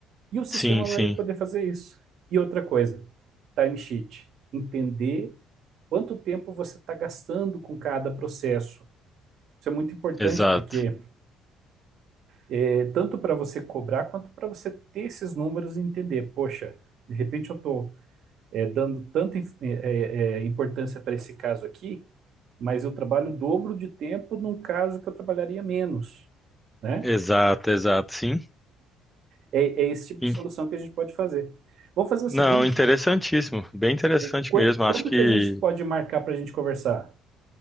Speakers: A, on the right; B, in the centre.
A: E o sistema
B: sim, sim,
A: vai poder fazer isso. E outra coisa, timesheet. Entender quanto tempo você está gastando com cada processo. Isso é muito importante
B: exato,
A: porque é, tanto para você cobrar quanto para você ter esses números e entender, poxa, de repente eu estou é, dando tanta é, é, é, importância para esse caso aqui, mas eu trabalho o dobro de tempo num caso que eu trabalharia menos, né?
B: exato, exato, sim.
A: É, é esse tipo
B: In-
A: de solução que a gente pode fazer. Vamos fazer o
B: Não,
A: seguinte,
B: interessantíssimo, bem interessante
A: É, quan-
B: mesmo. Acho
A: Quando
B: que,
A: que a gente pode marcar para a gente conversar?